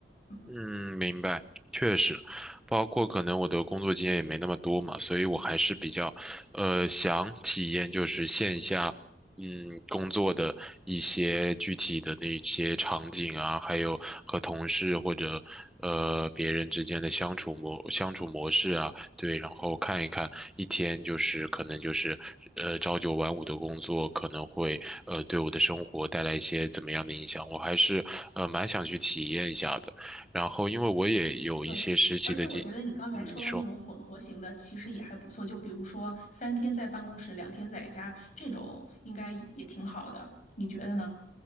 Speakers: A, on the left; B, in the centre.
A: 嗯，
B: 嗯，明白，确实，包括可能我的工作经验也没那么多嘛，所以我还是比较，呃，想体验就是线下，嗯，工作的一些具体的那些场景啊，还有和同事或者呃别人之间的相处模相处模式啊，对，然后看一看一天就是可能就是呃朝九晚五的工作可能会呃对我的生活带来一些怎么样的影响，我还是呃蛮想去体验一下的。然后因为我也有一些实习的经，
A: 对，而且我觉得你刚才说的那种混合型的，
B: 嗯，你说。
A: 其实也还不错。就比如说三天在办公室，两天在家，这种应该也挺好的。你觉得呢？